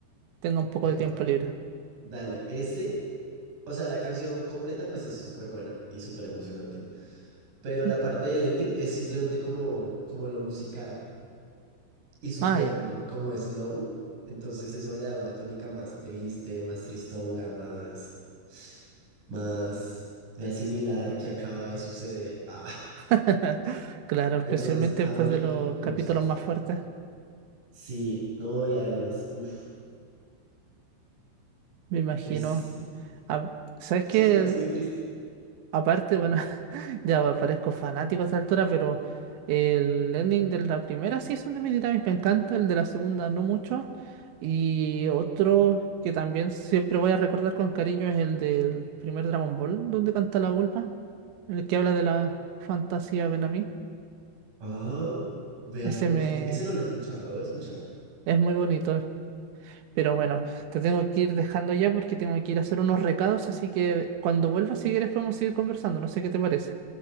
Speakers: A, on the right (about 75°); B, on the right (about 45°).
A: tenga un poco
B: Epa,
A: de tiempo libre.
B: dale. Ese O sea, la canción completa pues es súper buena y súper emocionante, pero la
A: Mm,
B: parte del ending es simplemente como, como lo musical y súper
A: Ah, ya.
B: como slow, entonces eso le da una tónica más triste, más tristonga, más, más de asimilar que acaba de suceder. Ah,
A: <laughs> Claro, especialmente
B: entonces a
A: después
B: mí
A: de los
B: me
A: capítulos
B: gusta bastante.
A: más fuertes,
B: Sí, no, y además, uff,
A: me imagino.
B: es,
A: Ah, ¿sabes
B: sí,
A: qué?
B: no, es muy triste.
A: Aparte, bueno, <laughs> Ya pa- parezco fanático a esa altura, pero el ending de la primera season de My Dynamic me encanta, el de la segunda no mucho. Y otro que también siempre voy a recordar con cariño es el del primer Dragon Ball, donde canta la Vulpa, el que habla de la fantasía Benami.
B: Ah, vea
A: Ese
B: pues,
A: me
B: no, ese no lo he escuchado, lo voy a escuchar.
A: es muy bonito. Pero bueno, te tengo que ir dejando ya porque tengo que ir a hacer unos recados, así que cuando vuelvas, si quieres, podemos seguir conversando. No sé qué te parece.